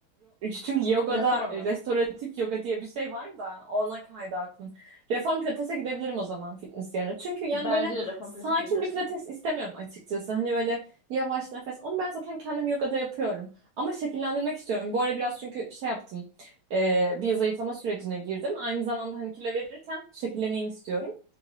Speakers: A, on the right; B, on the left.
A: çünkü yogada
B: Reformer.
A: e, restoratif yoga diye bir şey var da ona kaydı aklım. Reform pilatese gidebilirim o zaman fitness yerine. Çünkü yani
B: Bence
A: böyle
B: de reform
A: sakin
B: pilates gidebilirsin.
A: bir pilates istemiyorum açıkçası. Hani böyle yavaş nefes. Onu ben zaten kendim yogada yapıyorum. Ama şekillendirmek istiyorum. Bu ara biraz çünkü şey yaptım. e, bir zayıflama sürecine girdim. Aynı zamanda hani kilo verirken şekilleneyim istiyorum.